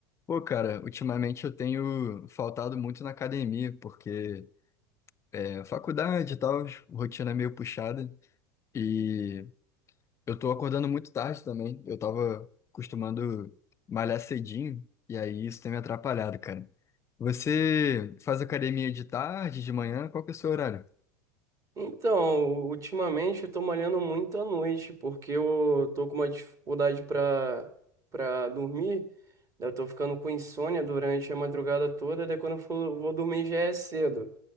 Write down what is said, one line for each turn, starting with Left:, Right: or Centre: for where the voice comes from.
Left: Pô, cara, ultimamente eu tenho faltado muito na academia, porque é, faculdade e tal, rotina meio puxada, e eu tô acordando muito tarde também. Eu tava costumando malhar cedinho, e aí isso tem me atrapalhado, cara. Você faz academia de tarde, de manhã? Qual que é o seu horário?
Right: Então, ultimamente eu tô malhando muito à noite, porque eu tô com uma dificuldade pra, pra dormir. Daí Eu tô ficando com insônia durante a madrugada toda, daí quando eu for, vou dormir já é cedo.